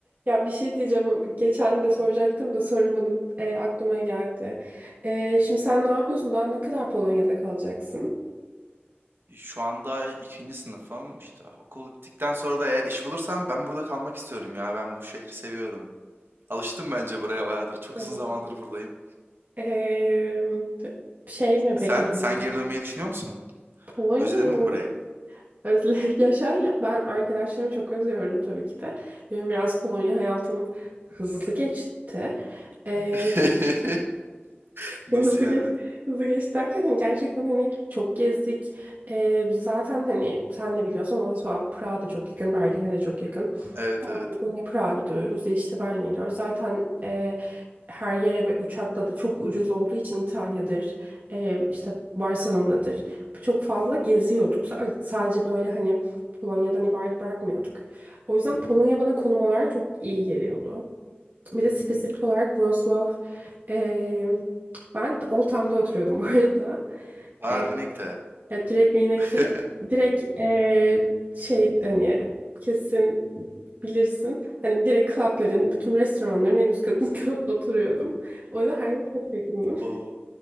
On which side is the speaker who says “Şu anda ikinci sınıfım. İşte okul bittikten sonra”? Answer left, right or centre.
Right